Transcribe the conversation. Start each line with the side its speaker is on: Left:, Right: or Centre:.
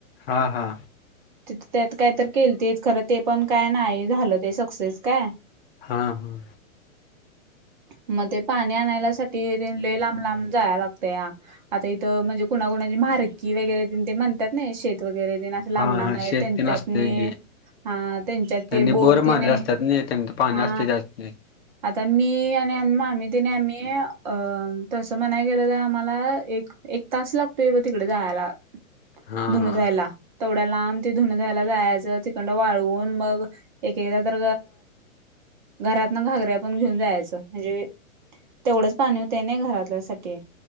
Left: हा हा.
Right: तिथ त्यात काय तर केलतीत, खरं ते पण काय नाही झालं ते सक्सेस काय.
Left: हां.
Right: मग ते पाणी आणायला साठी, टेन लय लांब लांब जाऊन लागते या. आता इथं म्हणजे कुणाकुणाची म्हरकी वगैरे देन ते म्हणतात ना शेत वगैरे देना. लांब
Left: हा
Right: लांब
Left: हा
Right: आहे,
Left: शेत
Right: त्यांच्यातनी.
Left: तेन असतंय की
Right: हा त्यांच्यात
Left: त्यांनी
Right: ते बोर तीन
Left: मारले
Right: हाय,
Left: असतात ना त्यांच पाणी
Right: हा
Left: असतंय जास्त
Right: आ तर मी आणि मामी त्यांनी आम्ही तसं म्हणायला गेला तर आम्हाला एक एक तास लागतोय बग, तिकडे जायला.
Left: हा
Right: धुन
Left: हा
Right: धुवायला, तेवड्या लांब ते धुन धुवायला जायचं तिकड. तीकड वाळवून मग एकदा तर घरात ना घागऱ्या पण घेऊन जायचं, म्हणजे तेवढंच पाणी होते ना, घरातल्या साठी.